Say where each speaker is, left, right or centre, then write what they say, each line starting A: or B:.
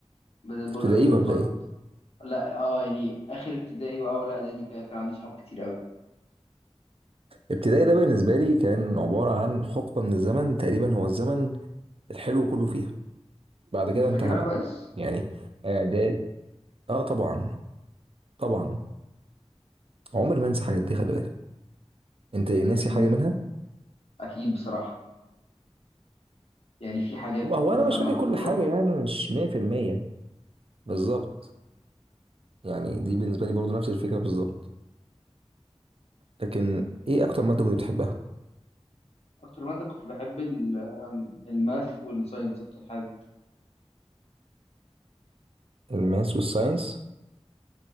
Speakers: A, on the left (about 70°); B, on the right (about 60°).
A: بدأت
B: ابتدائي
A: بقول لك من
B: ولا
A: الفترة
B: إيه؟
A: لا اه يعني آخر ابتدائي وأول إعدادي كده كان عندي صحاب كتير أوي
B: ابتدائي ده بالنسبة لي كان عبارة عن حقبة من الزمن تقريبا هو الزمن الحلو كله فيها بعد كده
A: أنت فاكرها
B: انتهى بقى
A: كويس؟
B: يعني اعداد اه طبعا طبعا عمري ما انسى الحاجات دي خلي بالك انت ناسي
A: مم.
B: حاجة منها
A: أكيد بصراحة يعني في حاجات
B: هو هو
A: بتبقى
B: انا مش فاكر
A: محفورة
B: كل حاجة يعني مش 100% بالظبط يعني دي بالنسبة لي برضو نفس الفكرة بالظبط لكن ايه اكتر مادة كنت بتحبها
A: أكتر مادة كنت بحب ال- آم، الماث والساينس أكتر حاجة
B: الماس والساينس